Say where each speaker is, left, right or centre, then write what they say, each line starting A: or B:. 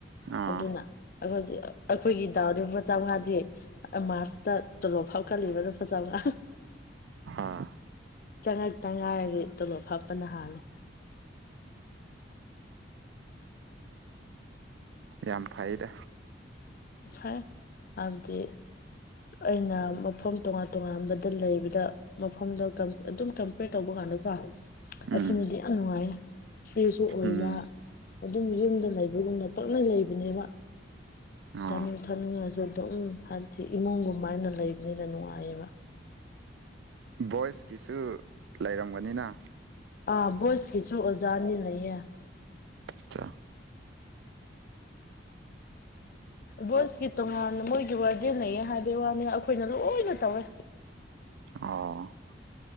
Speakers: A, on the right (about 75°); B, on the left (about 50°).
A: ꯑꯥ
B: ꯑꯗꯨꯅ ꯑꯩꯈꯣꯏꯗꯤ ꯑꯩꯈꯣꯏꯒꯤ ꯗꯥꯎꯗꯄꯥ ꯆꯪꯉꯥꯗꯤ ꯃꯥꯔꯁꯇ ꯇꯣꯂꯣꯞ ꯐꯥꯎ <unintelligible>
A: ꯑꯥ
B: ꯆꯪꯉꯛꯇ ꯉꯥꯏꯔꯔ ꯇꯣꯂꯣꯞ ꯍꯥꯞꯄꯅ ꯍꯥꯥꯜꯂꯦ
A: ꯌꯥꯝ ꯐꯩꯗ
B: ꯐꯥꯏ ꯍꯥꯏꯕꯗꯤ ꯑꯩꯅ ꯃꯐꯝ ꯇꯣꯉꯥꯟ ꯇꯣꯉꯥꯟꯕꯗ ꯂꯩꯕꯗ ꯃꯐꯝꯗ ꯑꯗꯨꯝ ꯀꯟꯄꯦꯔ ꯇꯧꯕ ꯀꯥꯟꯗꯀꯣ ꯑꯁꯤꯅꯗꯤ
A: ꯎꯝ
B: ꯌꯥꯝ ꯅꯨꯡꯉꯥꯏꯌꯦ ꯐ꯭ꯔꯤꯁꯨ ꯑꯣꯏꯕ
A: ꯎꯝ
B: ꯑꯗꯨꯝ ꯌꯨꯝꯗ ꯂꯩꯕꯒꯨꯝꯅ ꯄꯛꯂꯩ ꯂꯩꯕꯅꯦꯕ
A: ꯑꯣ
B: ꯆꯥꯅꯤꯡ ꯊꯛꯅꯤꯡꯉꯁꯨ ꯑꯗꯨꯝ ꯍꯥꯏꯕꯗꯤ ꯏꯃꯨꯡꯒꯨꯝꯃꯥꯏꯅ ꯂꯩꯕꯅꯤꯅ ꯅꯨꯡꯉꯥꯏꯌꯦꯕ
A: ꯕꯣꯏꯁꯀꯤꯁꯨ ꯂꯩꯔꯝꯒꯅꯤꯅ
B: ꯑꯥ ꯕꯣꯏꯁꯀꯤꯁꯨ ꯑꯣꯖꯥꯅꯤ ꯂꯩꯌꯦ
A: ꯑꯆꯥ
B: ꯕꯣꯏꯁꯀꯤ ꯇꯣꯉꯥꯟ ꯃꯣꯏꯒꯤ ꯋꯥꯔꯗꯦꯟ ꯂꯩꯌꯦ ꯍꯥꯏꯕꯩ ꯋꯥꯅꯤ ꯑꯩꯈꯣꯏꯅ ꯂꯣꯏꯅ ꯇꯧꯋꯦ
A: ꯑꯣ